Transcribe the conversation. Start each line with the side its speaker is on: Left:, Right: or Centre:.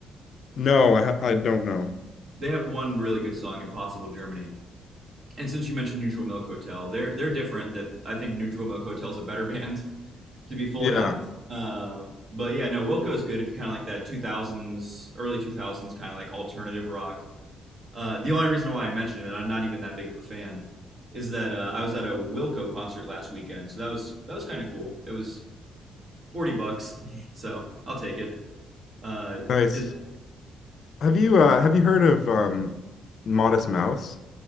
Left: No, I ha- I don't know.
Right: They have one really good song, "Impossible Germany." And since you mentioned Neutral Milk Hotel, they're they're different. That I think Neutral Milk Hotel is a better <laughs> band, to be fully
Left: Yeah,
Right: honest. Um, but yeah, no, Wilco is good if you kind of like that 2000s, early 2000s kind of like alternative rock. Uh, the only reason why I mentioned it, and I'm not even that big of a fan, is that uh, I was at a Wilco concert last weekend, so that was that was kind of cool. It was forty bucks, <laughs> so I'll take it. Uh,
Left: nice.
Right: is
Left: Have you uh have you heard of um Modest Mouse?